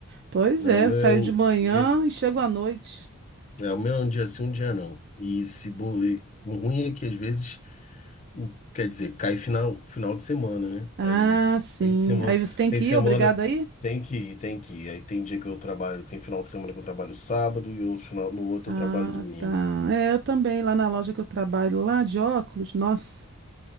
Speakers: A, on the right; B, on the left.
A: Pois
B: Não,
A: é,
B: o meu
A: saio
B: é um,
A: de manhã
B: minha de-
A: e chego à noite.
B: é, o meu é um dia sim, um dia não. E se bo... e o ruim é que às vezes o- quer dizer, cai final, final de semana, né?
A: Ah,
B: Aí s-
A: sim.
B: tem semana,
A: Aí você tem
B: tem
A: que
B: semana,
A: ir, obrigado aí?
B: tem que ir, tem que ir. Aí tem dia que eu trabalho, tem final de semana que eu trabalho sábado e outro final, no outro
A: Ah,
B: eu trabalho domingo.
A: tá. É, eu também, lá na loja que eu trabalho, lá de óculos, nossa.